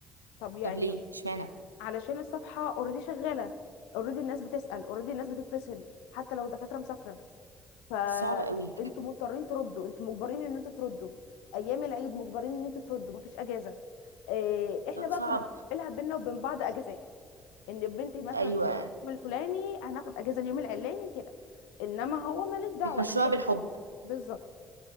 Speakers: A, on the left; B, on the right.
A: طب يعني
B: طب ليه اشمعنى
A: علشان الصفحه اوريدي شغاله اوريدي الناس بتسال اوريدي الناس بتتصل حتى لو الدكاتره مسافره فانتوا
B: صعب قوي
A: مضطرين تردوا انتوا مجبرين ان انتوا تردوا ايام العيد مجبرين ان انتوا تردوا مفيش اجازه إيه احنا
B: لا
A: بقى
B: صعب
A: كنا بنعملها بينا وبين بعض اجازات ان بنتي مثلا
B: ايوه
A: تشتغل اليوم الفلاني هناخد اجازه اليوم العلاني كده انما هو مالك دعوه
B: بتمشوها
A: انا مالي
B: بالحب
A: بالظبط